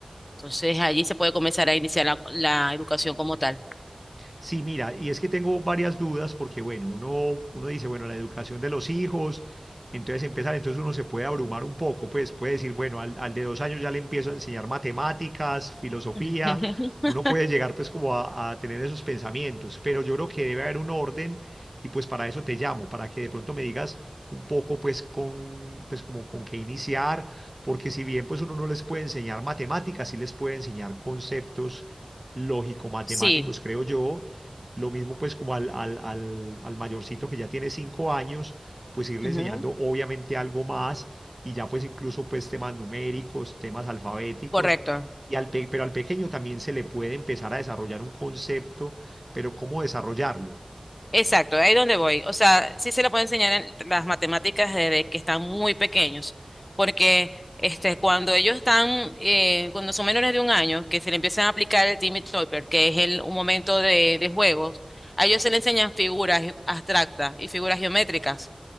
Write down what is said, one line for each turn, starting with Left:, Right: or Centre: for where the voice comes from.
Left: Entonces allí se puede comenzar a iniciar la, la educación como tal.
Right: Sí, mira, y es que tengo varias dudas porque, bueno, uno, uno dice, bueno, la educación de los hijos, entonces empezar, entonces uno se puede abrumar un poco, pues puede decir, bueno, al, al de dos años ya le empiezo a enseñar matemáticas, filosofía,
Left: <laughs>
Right: uno puede llegar pues como a, a tener esos pensamientos, pero yo creo que debe haber un orden y pues para eso te llamo, para que de pronto me digas un poco pues con, pues como con qué iniciar, porque si bien pues uno no les puede enseñar matemáticas, sí les puede enseñar conceptos lógico-matemáticos,
Left: Sí,
Right: creo yo lo mismo pues como al, al, al, al mayorcito que ya tiene cinco años, pues irle
Left: ujú,
Right: enseñando obviamente algo más y ya pues incluso pues temas numéricos, temas alfabéticos.
Left: correcto.
Right: Y al pe- pero al pequeño también se le puede empezar a desarrollar un concepto, pero ¿cómo desarrollarlo?
Left: Exacto, ahí es donde voy. O sea, sí se le puede enseñar en las matemáticas desde que están muy pequeños, porque este, cuando ellos están, eh, cuando son menores de un año, que se le empiezan a aplicar el Timmy Topper, que es el, un momento de, de juegos, a ellos se le enseñan figuras ge- abstractas y figuras geométricas.